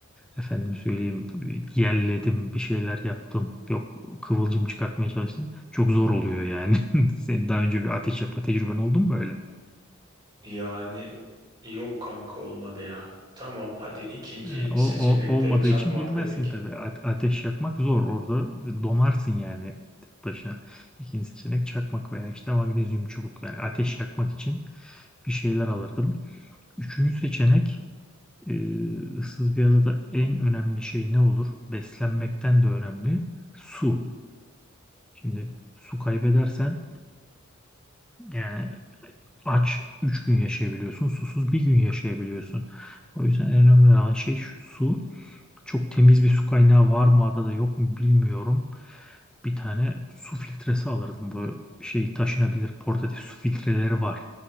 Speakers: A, in the centre; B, on the right (about 20°).
A: Efendim söyleyeyim tabii yelledim bir şeyler yaptım. Yok kıvılcım çıkartmaya çalıştım. Çok zor oluyor yani. <laughs> Senin daha önce bir ateş yapma tecrüben oldu mu böyle?
B: Yani yok kanka olmadı ya. Tamam hadi ikinci
A: E, O,
B: seçenekte
A: o- olmadığı
B: çakmak
A: için bilmezsin
B: dedik.
A: tabii. A- ateş yakmak zor. Orada donarsın yani tek başına. İkinci seçenek çakmak veya işte magnezyum çubuk. Yani ateş yakmak için bir şeyler alırdım. Üçüncü seçenek e, ıssız bir adada en önemli şey ne olur? Beslenmekten de önemli. Su. Şimdi su kaybedersen yani aç 3 gün yaşayabiliyorsun. Susuz bir gün yaşayabiliyorsun. O yüzden en önemli olan şey şu, su. Çok temiz bir su kaynağı var mı adada yok mu bilmiyorum. Bir tane su filtresi alırdım. Bu şey taşınabilir portatif su filtreleri var.